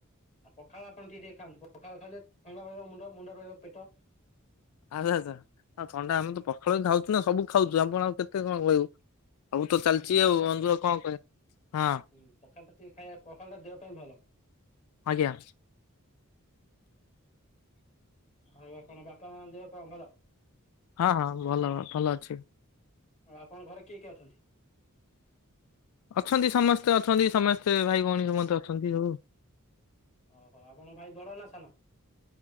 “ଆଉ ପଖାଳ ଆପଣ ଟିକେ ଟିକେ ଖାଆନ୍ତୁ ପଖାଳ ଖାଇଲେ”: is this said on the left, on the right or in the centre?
Left